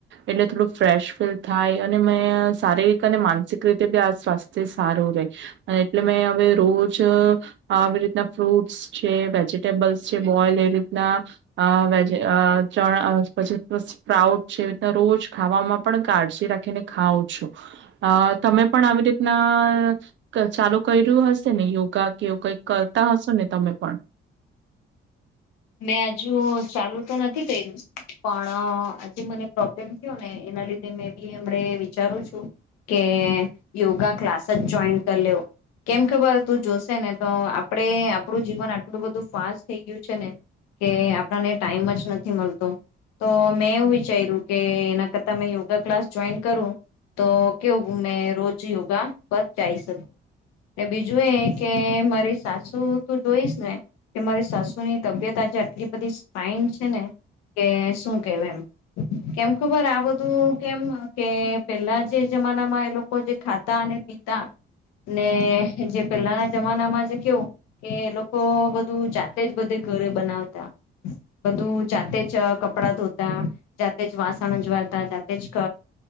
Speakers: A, on the right (about 40°); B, on the left (about 60°).
A: એટલે થોડું ફ્રેશ ફીલ થાય અને મેં શારીરિક અને માનસિક રીતે બી આ સ્વાસ્થ્ય સારું રેહ અને એટલે મેં અવે રોજ આવી રીતના ફ્રૂટ્સ છે વેજીિટેબલ્સ છે બોઇલ્ડ એવી રીતના અ વેજ અ ચણા પછી સ્પ્રાઉટ છે એવી રીતના રોજ ખાવામાં પણ કાળજી રાખીને ખાઉ છું, અ તમે પણ આવી રીતના ક ચાલુ કર્યું હશે ને યોગા કે એવું કંઈક કરતા હશો ને તમે પણ
B: મેં અજુ ચાલુ તો નથી કયરુ પણ આજે મને પ્રોબ્લેમ થયો ને એના લીધે મેં બી અમણે વિચારું છું કે યોગા ક્લાસ જ જોઈન કરી લેવ, કેમ કે બ તું જોશે ને તો આપડે આપડુ જીવન આટલું બધું ફાસ્ટ થેઈ ગયું છે ને કે આપણાને ટાઈમ જ નથી મળતો, તો મેં એવું વિચાર્યું કે એના કરતા મે યોગા ક્લાસ જોઈન કરું, તો કેવું મેં રોજ યોગા પર જાઈ શકું, એ બીજું એ કે મારી સાસુ તું જોઈશ ને કે મારી સાસુની તબિયત આજે આટલી બધી ફાઈન છે ને કે શું કેવ એમ, કેમ ખબર આ બધું કેમ કે પેલ્લા જે જમાનામાં એ લોકો જે ખાતા અને પીતા ને જે પેલ્લાના જમાનામાં જે કેવું કે એ લોકો બધું જાતે જ બધું ઘરે બનાવતા, બધું જાતે જ કપડા ધોતા, જાતે જ વાસણ અજવાળતા, જાતે જ ક